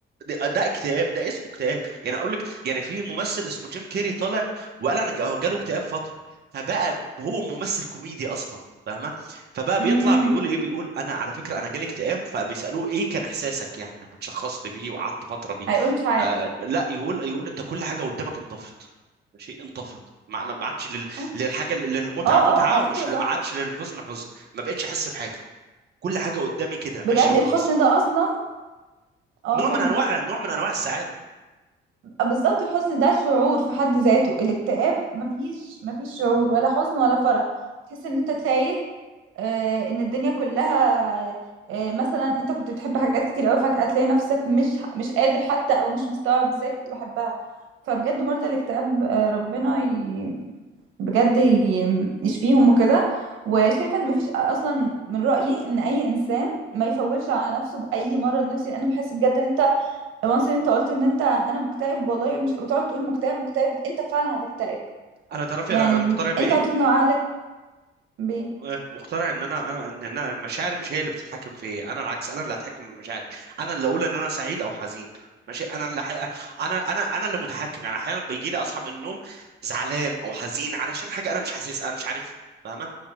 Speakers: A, on the right; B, on the right.
A: ده ده اكتئاب ده اسمه اكتئاب يعني اقول لك يعني في ممثل اسمه جيم كيري طالع وقال انا جا- جاله اكتئاب فتره فبقى هو ممثل كوميدي اصلا فاهمه فبقى
B: امم
A: بيطلع بيقول ايه بيقول انا على فكره انا جالي اكتئاب فبيسالوه ايه كان احساسك يعني لما تشخصت بيه وقعدت فتره بيه
B: هيقول مش عارف
A: آه لا يقول يقول انت كل حاجه قدامك انطفت ماشي انطفت ما ما عادش لل-
B: اه
A: للحاجه للمتعه
B: اه
A: متعه
B: اه على فكرة
A: ومش
B: صح
A: ما عادش للحزن حزن ما بقتش احس بحاجه كل حاجه قدامي كده
B: بجد
A: ماشيه وخلاص
B: الحزن ده اصلا اه
A: نوع
B: كمل
A: من انواع نوع من انواع السعاده
B: بالظبط الحزن ده شعور في حد ذاته الاكتئاب مفيش مفيش شعور ولا حزن ولا فرح تحس ان انت تايه آه ان الدنيا كلها آه مثلا انت كنت بتحب حاجات كتير قوي فجأة تلاقي نفسك مش مش قادر حتى او مش مستوعب ازاي كنت بحبها فبجد مرضى الاكتئاب آه ربنا ي... بجد ي... يشفيهم وكده وشايفه ان مفيش اصلا من رأيي ان اي انسان ما يفولش على نفسه بأي مرض نفسي لان بحس بجد ان انت وانس ان انت قلت ان انت انا مكتئب والله مش بتقعد تقول مكتئب مكتئب انت فعلا هتكتئب
A: انا تعرفي
B: يعني
A: انا أنا مقتنع
B: م-
A: بايه
B: انت هتقنع عقلك ب
A: آه، مقتنع ان انا انا ان أنا مشاعري مش هي اللي بتتحكم في إيه. انا العكس انا اللي هتحكم في مشاعري انا اللي اقول ان انا سعيد او حزين ماشي انا اللي حقيقة. انا انا انا اللي متحكم يعني احيانا بيجي لي اصحى من النوم زعلان او حزين علشان حاجه انا مش حاسسها انا مش عارفها فاهمه